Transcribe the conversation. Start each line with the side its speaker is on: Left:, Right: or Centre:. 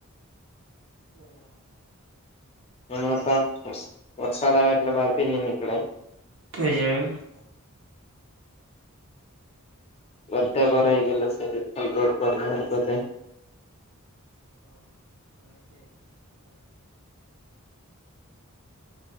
Right: લર હભ <inaudible>
Left: મમનપ વરસાદ એટલે ભાર પનનેકડ <inaudible>
Right: તજ <inaudible>
Left: બધા પર આવી ગયલું છેલ રોડ પર બધે
Right: હ તો તે ખબરા <inaudible>